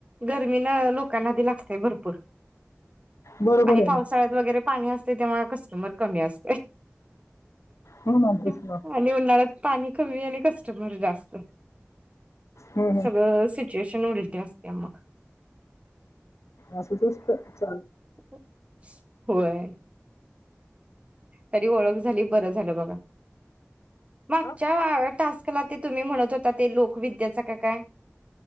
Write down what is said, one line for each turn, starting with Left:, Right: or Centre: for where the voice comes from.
Right: गर्मीनं लोकांना आधी लागतय भरपूर.
Left: बरोबर
Right: आणि
Left: आहे
Right: पावसाळ्यात वगैरे पाणी असतंय त्यामुळं कस्टमर कमी असतंय.
Left: हो ना तेच
Right: <inaudible>
Left: ना
Right: आणि उन्हाळ्यात पाणी कमी आणि कस्टमर जास्त.
Left: हम्म हम्म
Right: सगळं सिच्युएशन उलटी असती. त्यामुळं
Left: असंच असतं चाल
Right: <inaudible> होय. तरी ओळख झाली बरं झालं बघा. मागच्या
Left: हा?
Right: टास्क ला ते तुम्ही म्हणत होता ते लोकविद्याच का काय